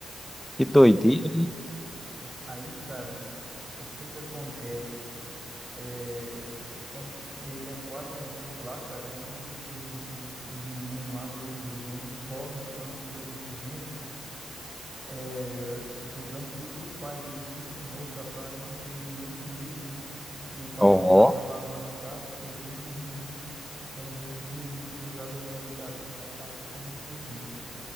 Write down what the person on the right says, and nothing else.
Aí, cara, o que que acontece? É, quando ele é quase é morto lá, cara, um do, do- do- dos meninos lá, do- dos gêmeos, bola um plano de sobrevivência, é, usando tudo que o pai deles ensinou, sabe, para manter ele vivo, né? É, E o pai
dele tá, tá lá machucado, ferido, e os meninos dão um jeito de, de usar das habilidades que o pai passou para manter ele vivo.